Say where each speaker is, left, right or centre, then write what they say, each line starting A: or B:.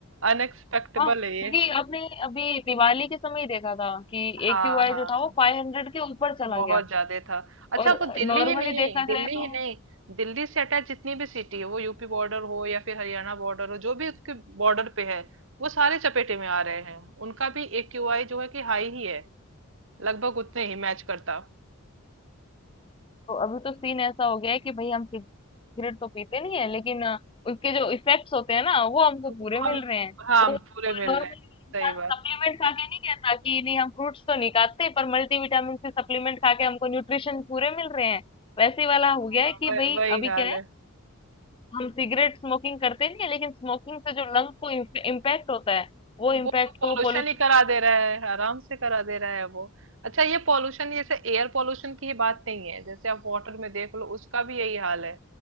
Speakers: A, on the right; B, on the left.
A: अनएक्सपेक्टेबल
B: हाँ क्योंकि
A: है ये
B: आपने अभी दिवाली के समय ही देखा था कि
A: हाँ
B: एक्यूआई
A: हाँ
B: जो था वो
A: हाँ
B: फाइव हंड्रेड के ऊपर चला
A: बहुत
B: गया था
A: ज्यादा था अच्छा
B: और
A: वो दिल्ली
B: नॉर्मली
A: ही नहीं
B: देखा
A: दिल्ली
B: जाए तो
A: ही नहीं दिल्ली से अटैच जितनी भी सिटी है वो यूपी बॉर्डर हो या फिर हरियाणा बॉर्डर हो जो भी उसके बॉर्डर पे है वो सारे चपेटे में आ रहे हैं उनका भी एक्यूआई जो है कि हाई ही है लगभग उतने ही मैच करता
B: तो अभी तो सीन ऐसा हो गया है कि भाई हम सिगरेट तो पीते नहीं है लेकिन अ, उसके जो इफेक्ट्स होते हैं ना वो हमको
A: वो
B: पूरे
A: हम
B: मिल रहे हैं
A: हाँ हम
B: वो
A: पूरे मिल
B: नॉर्मली
A: रहे हैं
B: इंसान
A: सही बात
B: सप्लीमेंट खा के नहीं कहता कि नहीं हम फ्रूट्स तो नहीं खाते पर मल्टीविटामिन से सप्लीमेंट खा के हमको न्यूट्रिशन पूरे मिल रहे हैं वैसे वाला
A: हाँ,
B: हो गया है कि
A: वह-
B: भाई
A: वही
B: अभी
A: हाल
B: क्या है
A: है
B: हम सिगरेट स्मोकिंग करते नहीं है लेकिन स्मोकिंग से जो लंग को इम्पैक्ट होता है वो इम्पैक्ट
A: वो तो पॉल्यूशन
B: तो पोल्यूशन
A: ही करा
B: की वजह
A: दे
B: से।
A: रहा है आराम से करा दे रहा है वो अच्छा ये पॉल्यूशन जैसे एयर पॉल्यूशन की ही बात नहीं है जैसे आप वाटर में देख लो उसका भी यही हाल है